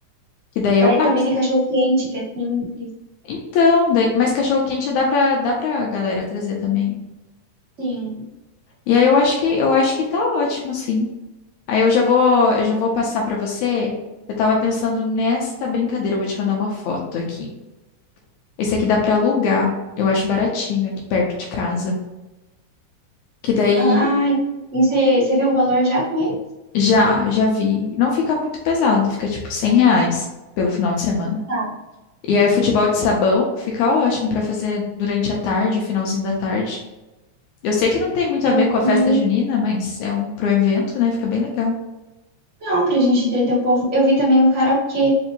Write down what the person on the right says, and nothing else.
Daí
também tem cachorro quente, que é simples.
Sim.
Ai, e você você viu o valor já com ele?
Tá.
Sim.
é-
Eu
vi.
Não, pra gente entreter o povo. Eu vi também um karaokê.